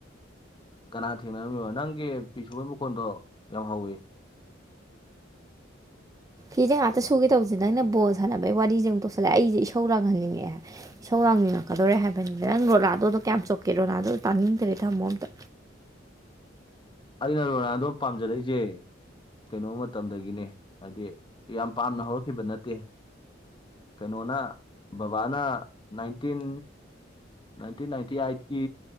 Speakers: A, on the left (about 25°); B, on the right (about 15°).
A: ꯀꯅꯥ ꯊꯦꯡꯅꯔꯝꯃꯤꯕ ꯅꯪꯒꯤ ꯐꯤꯁꯨꯕꯒꯤ ꯃꯈꯣꯟꯗꯣ ꯌꯥꯝ ꯍꯧꯋꯤ
B: ꯐꯤꯖꯦ ꯉꯥꯛꯇ ꯁꯨꯒꯦ ꯇꯧꯕꯁꯦ ꯅꯪꯅ ꯕꯣꯜ ꯁꯥꯟꯅꯕꯒꯤ ꯋꯥꯔꯤꯖꯦ ꯑꯃꯨꯛ ꯄꯨꯁꯜꯂꯛꯑꯦ ꯑꯩꯖꯦ ꯏꯁꯧꯂꯦꯡꯍꯟꯅꯤꯡꯉꯛ ꯑꯦ ꯏꯁꯧ ꯂꯥꯡꯅꯤꯡꯉꯛꯀꯗꯧꯔꯦ ꯍꯥꯏꯕꯅꯤꯗ ꯅꯪ ꯔꯣꯅꯥꯥꯜꯗꯨꯣꯗ ꯀꯌꯥꯝ ꯆꯣꯞꯀꯦ ꯔꯣꯂꯅꯥꯗꯣ ꯇꯥꯅꯤꯡꯗ꯭ꯔꯦ ꯊꯝꯃꯣ ꯑꯝꯇ
A: ꯑꯩꯅ ꯔꯣꯅꯥꯗꯣ ꯄꯥꯝꯖꯔꯛꯏꯖꯦ ꯀꯩꯅꯣ ꯃꯇꯝꯗꯒꯤꯅꯦ ꯍꯥꯏꯗꯤ ꯌꯥꯝ ꯄꯥꯝꯅ ꯍꯧꯔꯛꯈꯤꯕ ꯅꯠꯇꯦ ꯀꯩꯅꯣꯅ ꯕꯕꯥꯅ ꯅꯥꯏꯟꯇꯤꯟ ꯅꯥꯏꯟꯇꯤꯟ ꯅꯥꯏꯟꯇꯤ ꯑꯥꯏꯠ ꯀꯤ